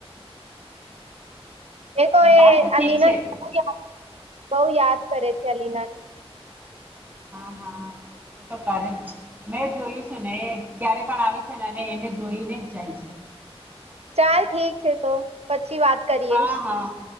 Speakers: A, on the right (about 80°); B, on the right (about 15°).
A: એ તો
B: ચાલ
A: એ
B: ઠીક
A: અલીના
B: છે
A: ને બહુ યાદ કરે છે અલીના
B: હા હા એ તો કરે જ છે, મેં જોયું છે ને એ જ્યારે પણ આવે છે ને એનું જોઈને જ જાય છે.
A: ચાલ ઠીક છે, તો પછી વાત કરીએ
B: હા
A: <inaudible>
B: હા